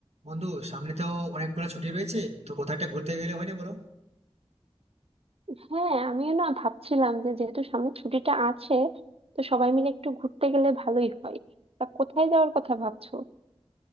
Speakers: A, on the right; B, on the right.
A: বন্ধু সামনে তো অনেকগুলো ছুটি রয়েছে তো কোথাও একটা ঘুরতে গেলে হয় না বলো
B: হ্যাঁ আমিও না ভাবছিলাম যে যেহেতু সামনে ছুটিটা আছে তো সবাই মিলে একটু ঘুরতে গেলে ভালোই হয় তা কোথায় যাওয়ার কথা ভাবছো